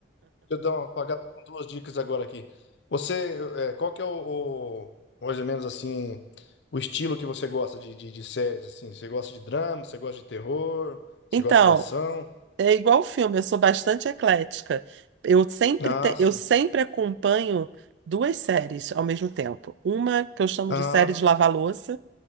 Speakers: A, on the left (about 75°); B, on the right (about 75°).
A: eu dar uma apagada com duas dicas agora aqui. Você, é, qual que é o, o- mais ou menos assim, o estilo que você gosta de, de, de séries, assim? Você gosta de drama, você gosta de terror, você
B: Então,
A: gosta de ação?
B: é igual o filme, eu sou bastante eclética. Eu sempre,
A: Ah,
B: te-
A: sim.
B: eu sempre acompanho duas séries ao mesmo tempo. Uma que eu chamo
A: Ah,
B: de série de lavar-louça,